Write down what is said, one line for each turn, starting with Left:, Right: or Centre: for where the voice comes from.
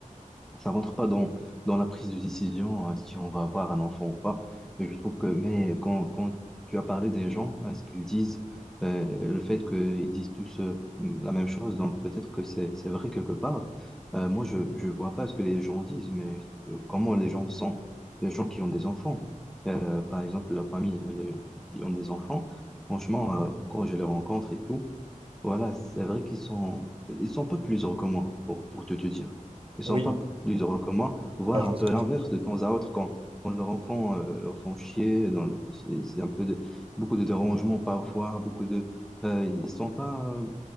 Centre: ça rentre pas dans, dans la prise de décision euh, si on va avoir un enfant ou pas. Et je trouve que, mais quand, quand tu as parlé des gens, euh, ce qu'ils disent, euh, le fait qu'ils disent tous euh, la même chose, donc peut-être que c'est, c'est vrai quelque part. Euh, moi, je, je vois pas ce que les gens disent, mais euh, comment les gens sont, les gens qui ont des enfants. Euh, par exemple, la famille, les- qui ont des enfants, franchement, euh, quand je les rencontre et tout, voilà, c'est vrai qu'ils sont, ils sont pas plus heureux que moi, pour, pour te, te dire. Ils sont
Right: Oui,
Centre: pas plus heureux que moi, voire
Right: ah, je
Centre: un
Right: vois
Centre: peu
Right: ce que
Centre: l'inverse
Right: tu veux dire.
Centre: de temps à autre quand, quand leur enfant euh, leur font chier. dans- Donc c'est c'est un peu de, beaucoup de dérangements parfois, beaucoup de, euh, ils sont pas